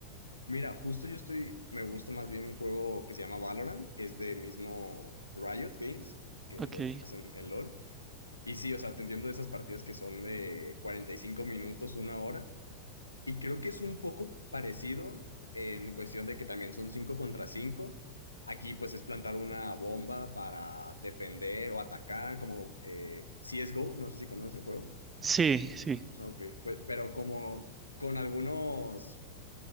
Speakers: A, on the left (about 80°); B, on the right (about 20°).
A: Mira, justo yo estoy, me gusta más bien un juego que se llama Valorant, que es de mismo Riot Games, que
B: Ok.
A: los hacen el LOL. Y sí, o sea, te entiendo de esas partidas que son de 45 minutos, una hora. Y creo que es un poco parecido en cuestión de que también son 5 contra cinco Aquí pues es plantar una bomba para defender o atacar, como eh, CSGO, no sé si conoces el juego.
B: Sí, sí.
A: Ok, pues, pero como con algunos